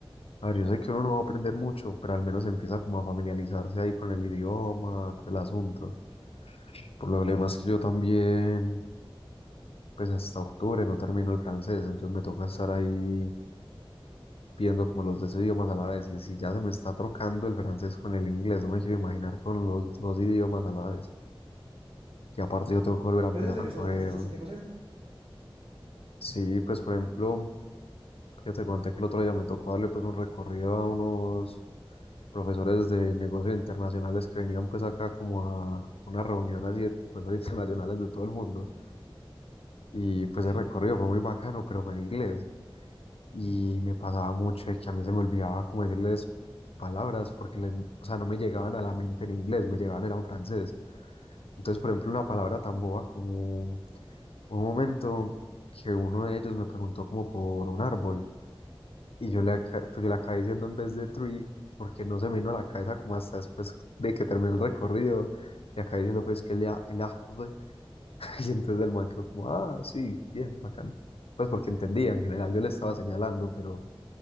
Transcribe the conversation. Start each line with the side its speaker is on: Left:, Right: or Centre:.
Left: a ver, yo sé que uno no va a aprender mucho, pero al menos empieza como a familiarizarse ahí con el idioma, todo el asunto. Por lo demás que yo también, pues hasta octubre no termino el francés, entonces me toca estar ahí viendo como los dos idiomas a la vez. Y si ya se me está trocando el francés con el inglés, no me quiero imaginar con los dos idiomas a la vez. Y aparte yo tengo que volver a empezar
Right: Pero en serio,
Left: a coger,
Right: se, se, se- se- se te cruza el...
Left: sí, pues por ejemplo... Yo te conté que el otro día me tocó darle pues un recorrido a unos profesores de negocios internacionales que venían pues acá como a una reunión así de profesores <laughs> internacionales de todo el mundo. Y pues
Right: Sí.
Left: el recorrido fue muy bacano, pero fue en inglés. Y me pasaba mucho de que a mí se me olvidaba como decirles palabras porque, le- o sea, no me llegaban a la mente en inglés, me llegaban era en francés. Entonces, por ejemplo, una palabra tan boba como hubo un momento que uno de ellos me preguntó como por un árbol. Y yo le, aca- pues yo le acabé diciendo en vez de tree, porque no se me vino a la cabeza como hasta después de que terminé el recorrido. Le acabé diciendo pues que le a- el arbre. <laughs> Y entonces el man quedó como, ah, sí, bien, bacán. Pues porque entendía en general, yo le estaba señalando, pero,